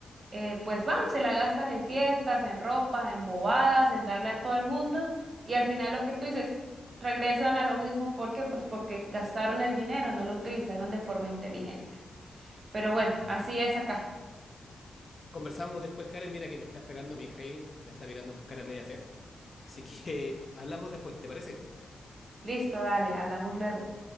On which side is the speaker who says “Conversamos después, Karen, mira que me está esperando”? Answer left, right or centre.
Left